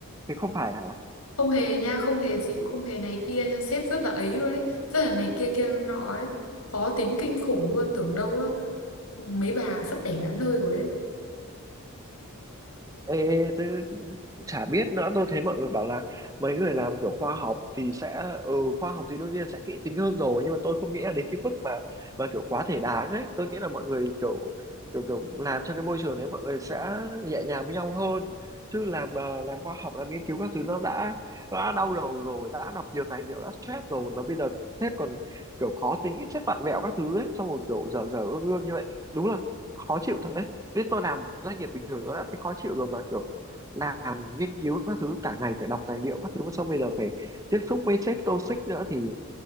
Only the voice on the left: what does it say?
không hề nha không hề dịu không hề này kia nha sếp rất là ấy luôn ấy rất là này kia kia nọ ấy khó tính kinh khủng luôn tưởng đâu á, mấy bà sắp đẻ đến nơi rồi ấy